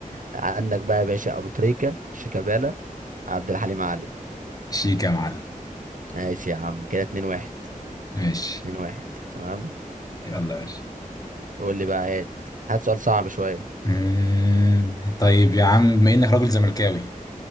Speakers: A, on the right; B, on the left.
A: عندك بقى يا باشا ابو تريكة شيكابالا عبد الحليم علي
B: شيك يا معلم
A: ماشي يا عم كده اتنين واحد
B: ماشي
A: اتنين واحد تمام
B: يلا يا باشا
A: قول لي بقى هات هات سؤال صعب شوية
B: أمم، طيب يا عم بما إنك راجل زملكاوي